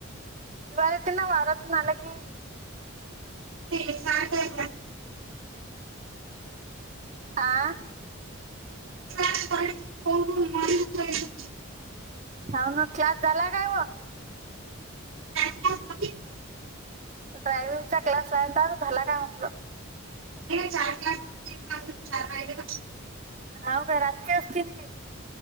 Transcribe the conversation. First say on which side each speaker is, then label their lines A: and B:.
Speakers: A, on the right; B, on the right.
A: दिवाळीत ना वारातून आला की
B: <inaudible>
A: आ
B: <inaudible>
A: होन क्लास झाला काय वो
B: <inaudible>
A: ड्रायव्हिंगचा क्लास झाला काय म्हटलं
B: नाही चार क्लास बाकी आहेत अजून चार राहिले बग
A: ह बर आजचे असतील की